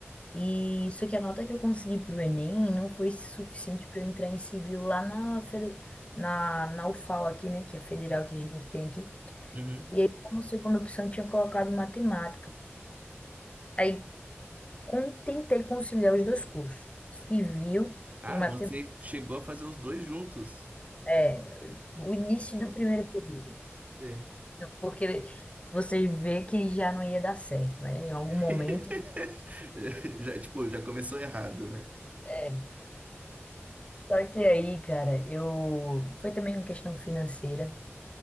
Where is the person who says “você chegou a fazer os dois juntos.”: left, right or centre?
Right